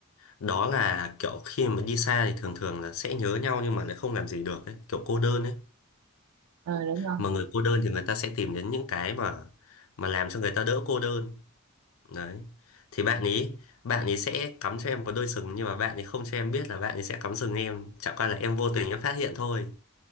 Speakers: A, on the left (about 70°); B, on the right (about 85°).
A: đó là kiểu khi mà đi xa thì thường thường là sẽ nhớ nhau nhưng mà lại không làm gì được ấy kiểu cô đơn ấy
B: Ờ đúng rồi.
A: mà người cô đơn thì người ta sẽ tìm đến những cái mà mà làm cho người ta đỡ cô đơn đấy thì bạn ấy bạn ấy sẽ cắm cho em một đôi sừng nhưng mà bạn ấy không cho em biết là bạn ấy sẽ cắm sừng em chẳng qua là em vô tình em phát hiện thôi